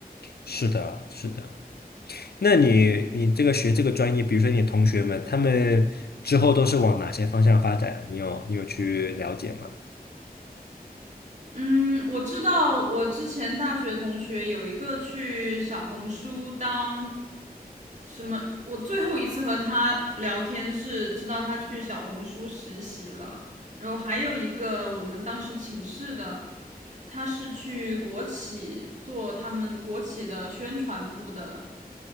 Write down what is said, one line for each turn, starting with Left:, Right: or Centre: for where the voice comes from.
Left: 是的，是的。那你你这个学这个专业，比如说你同学们，他们之后都是往哪些方向发展？你有你有去了解吗？
Right: 嗯，我知道，我之前大学同学有一个去小红书当什么，我最后一次和他聊天是知道他去小红书实习了，然后还有一个我们当时寝室的，他是去国企做他们国企的宣传部的